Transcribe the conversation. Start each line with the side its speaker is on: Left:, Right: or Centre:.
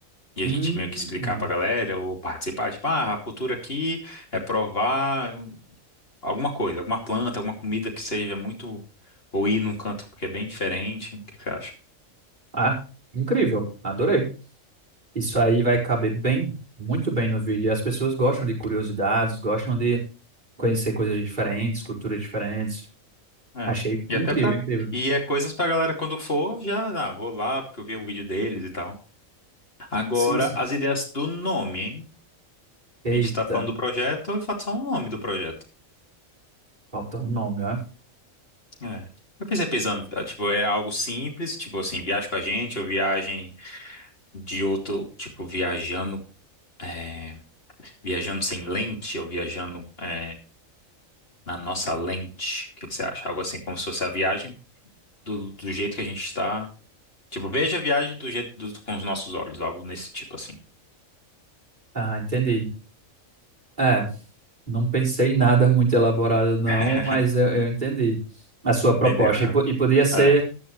Left: e
Right: Hum,
Left: a gente meio que explicar pra galera ou participar. Tipo, ah, a cultura aqui é provar alguma coisa, alguma planta, alguma comida que seja muito. Ou ir num canto que é bem diferente. O que que você acha?
Right: ah, incrível, adorei. Isso aí vai caber bem, muito bem no vídeo. E As pessoas gostam de curiosidades, gostam de conhecer coisas diferentes, culturas diferentes.
Left: É.
Right: Achei
Left: E
Right: incrível,
Left: até pra.
Right: incrível.
Left: E é coisas pra galera quando for, já, ah, vou lá, porque eu vi o vídeo deles e tal. Agora,
Right: Sim, sim.
Left: as ideias do nome, hein?
Right: Eita,
Left: A gente tá falando do projeto e falta só o nome do projeto.
Right: faltou um nome, ó.
Left: É. Eu pensei pensando, ah, tipo, é algo simples, tipo assim, viagem com a gente, ou viagem de outro, tipo, viajando, é, viajando sem lente, ou viajando, é, na nossa lente. O que que você acha? Algo assim, como se fosse a viagem do, do jeito que a gente está. Tipo, veja a viagem do jeito do- com os nossos olhos, algo nesse tipo assim.
Right: Ah, entendi. É. Não pensei em nada muito elaborado, não,
Left: <laughs>
Right: mas eu, eu entendi a sua proposta.
Left: Entendeu, né?
Right: E, po- e podia ser,
Left: É.